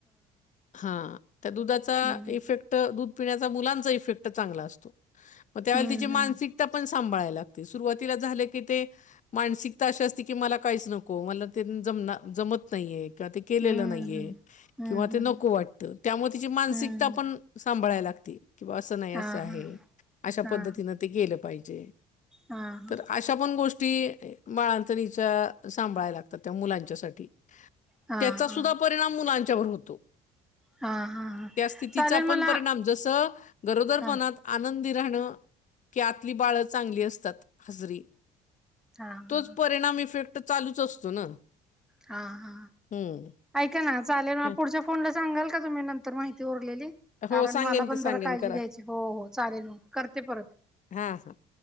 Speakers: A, on the left; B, in the centre.
A: हा त्या दुधाचा
B: हम्म
A: इफेक्ट दूध पिण्याचा मुलांचा इफेक्ट चांगला असतो त्यामुळे
B: हम्म
A: ते मानसिक पन सांभाळाय लागती सुरुवातीला झालं की ते मानिक अशी असते की मला काही नको म जम जमत नाहीेये ते केलेलं
B: हम्म हम्म
A: नाहीये
B: हम्म हम्म
A: किंवा ते नको
B: हम्म
A: वाटतं त्यामुळे तिची मानसिकता
B: हम्म
A: पण सांभाळाय लागती. किंवा असं नाही
B: हा
A: असं आहे
B: हा
A: अशा
B: हा
A: पद्धतीनं ते गेलं पाहिजे.
B: हा हा
A: तर अशा पण गोष्टी बाळांतणीच्या सांभाळाय लागतात त्या मुलांच्यासाठी.
B: हा
A: त्याचा सुद्धा परिणाम मुलांच्यावर होतो.
B: हा हा हा
A: त्या स्थितीचा
B: चालेल
A: पण
B: मला
A: परिणाम जस गरोदरपणात
B: हा
A: आनंदी राहणं की आतली बाळ चांगली असतात हसरी.
B: हा! हा
A: तोच परिणाम इफेक्ट चालूच असतो ना.
B: हा हा.
A: हम्म
B: ऐका ना चालेल म
A: हा.
B: पुढच्या फोनला सांगाल का तुम्ही नंतर माहिती उरलेली?
A: हो
B: कारण
A: सांगेन
B: मला
A: की
B: पण
A: सांगेन
B: जरा काळजी
A: करा
B: घ्यायची हो हो चालेल मग करते परत.
A: हा हा.